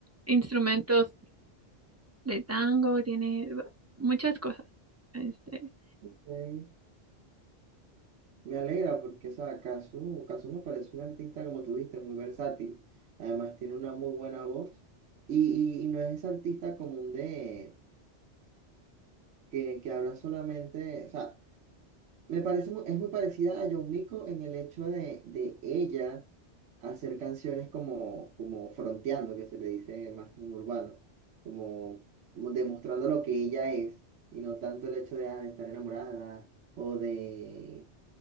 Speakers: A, on the right (about 15°); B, on the right (about 85°).
A: instrumentos de tango, tiene muchas cosas. Este.
B: Ok. Me alegra porque esa Cazzu, Cazzu me parece un artista, como tú dijiste muy versátil. Además, tiene una muy buena voz. Y, y, y no es ese artista común de que, que habla solamente. O sea, me parece, mu- es muy parecida a Yomiko en el hecho de, de ella. hacer canciones como, como fronteando, que se le dice más en urbano, como demostrando lo que ella es y no tanto el hecho de, ah, de estar enamorada o de,